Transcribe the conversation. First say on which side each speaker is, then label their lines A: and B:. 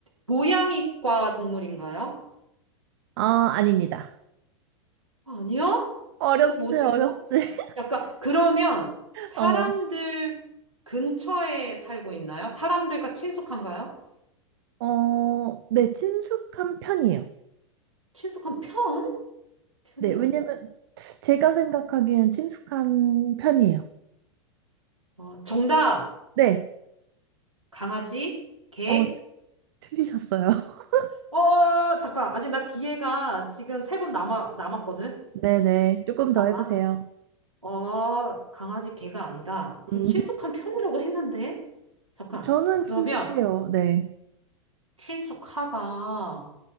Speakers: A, on the right (about 85°); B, on the right (about 50°).
A: 고양이과 동물인가요?
B: 아, 아닙니다.
A: 아니요?
B: 어렵지,
A: 어, 뭐지,
B: 어렵지.
A: 그럼? 약간, 그러면
B: <laughs>
A: 사람들
B: 어,
A: 근처에 살고 있나요? 사람들과 친숙한가요?
B: 어, 네, 친숙한 편이에요.
A: 친숙한 편? 편이라고?
B: 네, 왜냐면 제가 생각하기엔 친숙한 편이에요.
A: 어, 정답!
B: 네,
A: 강아지, 개,
B: 어, 틀리셨어요. <laughs>
A: 어, 잠깐. 아직 나 기회가 지금 세 번 남아, 남았거든?
B: 네네, 조금
A: 잠깐만.
B: 더 해보세요.
A: 어, 강아지 개가 아니다. 그럼
B: 음,
A: 친숙한 편이라고 했는데? 잠깐.
B: 저는
A: 그러면
B: 친숙해요. 네,
A: 친숙하다.